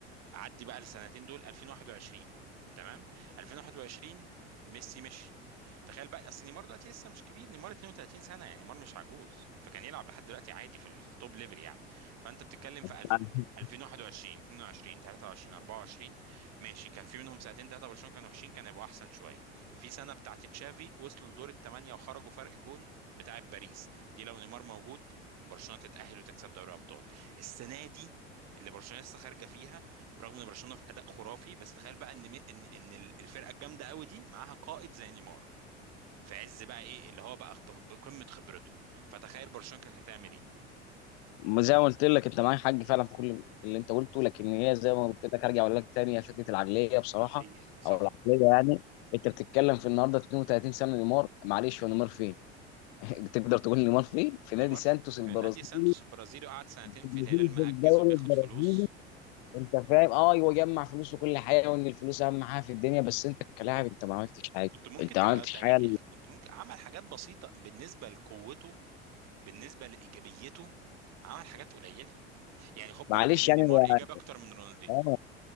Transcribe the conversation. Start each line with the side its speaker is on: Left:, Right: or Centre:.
Right: عدي بقى السنتين دول 2021 تمام 2021 ميسي مشي تخيل بقى اصل نيمار دلوقتي لسه مش كبير نيمار 32 سنه يعني نيمار مش عجوز فكان يلعب لحد دلوقتي عادي في ال- في التوب ليفل يعني فانت بتتكلم في
Left: الذهبية
Right: الف... 2021 22 23 24 ماشي كان في منهم سنتين ثلاثه برشلونه كانوا وحشين كان يبقوا احسن شويه في سنه بتاعت تشافي وصلوا لدور الثمانيه وخرجوا فرق جون بتاعت باريس دي لو نيمار موجود برشلونه تتاهل وتكسب دوري ابطال السنه دي اللي برشلونه لسه خارجه فيها برغم ان برشلونه في اداء خرافي بس تخيل بقى ان ان ان الفرقه الجامده قوي دي معاها قائد زي نيمار في عز بقى ايه اللي هو بقى بقمه خبرته فتخيل برشلونه كانت هتعمل ايه
Left: زي ما قلت لك انت معاك حق فعلا في كل اللي انت قلته لكن هي زي ما قلت لك هرجع اقول لك تاني هي فكره العقليه بصراحه
Right: عقليات صح
Left: او العقليه يعني انت بتتكلم في النهارده 32 سنه نيمار معلش هو نيمار فين؟ <laughs> تقدر تقول نيمار فين؟ في
Right: نيمار
Left: نادي سانتوس
Right: في في
Left: البرازيلي
Right: نادي سانتوس البرازيلي وقعد سنتين
Left: البرازيل
Right: في الهلال مأجز
Left: في الدوري
Right: وبياخد
Left: البرازيلي
Right: فلوس
Left: انت فاهم اه هو جمع فلوس وكل حاجه وان الفلوس اهم حاجه في الدنيا بس انت كلاعب انت ما عملتش حاجه
Right: كنت ممكن
Left: انت
Right: تبقى
Left: ما عملتش
Right: تاريخ
Left: حاجه
Right: كنت ممكن عمل حاجات بسيطة بالنسبة لقوته بالنسبة لإيجابيته عمل حاجات قليلة يعني خد
Left: معلش
Right: بالك إن
Left: يعني
Right: نيمار
Left: هو
Right: إيجابي أكتر من رونالدينيو
Left: اه